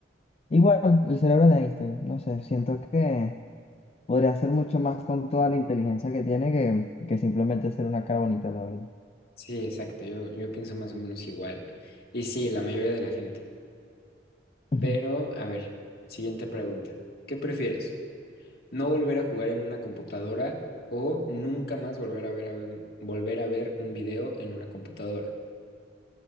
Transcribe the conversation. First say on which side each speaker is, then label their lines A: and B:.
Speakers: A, on the left (about 35°); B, on the left (about 60°).
A: Igual, el cerebro de Einstein, no sé, siento que podría hacer mucho más con toda la inteligencia que tiene que, que simplemente ser una cara bonita, la verdad.
B: Sí, exacto, yo, yo pienso más o menos igual. Y sí, la mayoría de la gente.
A: Ujú.
B: Pero, a ver, siguiente pregunta. ¿Qué prefieres? ¿No volver a jugar en una computadora o nunca más volver a ver, a ver- volver a ver un video en una computadora?